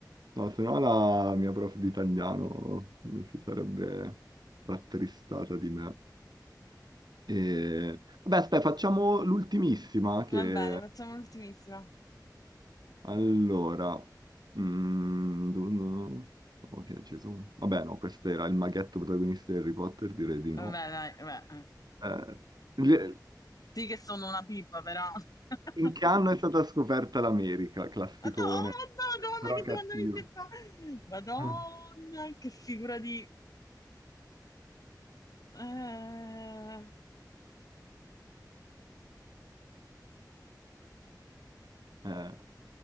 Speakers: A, on the right; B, on the left.
A: no, se no la mia prof di italiano si sarebbe rattristata di me. E... Vabbè, aspetta, facciamo l'ultimissima che...
B: Va bene, facciamo l'ultimissima.
A: Allora, mm, du- du- ok, ci sono. Vabbè, no, questo era il maghetto protagonista di Harry Potter, direi di
B: Vabbè,
A: no.
B: dai, vabbè.
A: Eh, le-
B: Sì che sono una pippa, però. <laughs>
A: in che anno è stata scoperta l'America? Classicone,
B: Madonna, oh,
A: però
B: Madonna, che
A: cattivo.
B: domanda mi stai fa? Madonna,
A: Mm.
B: che figura di... Eh, Madonna.
A: Eh,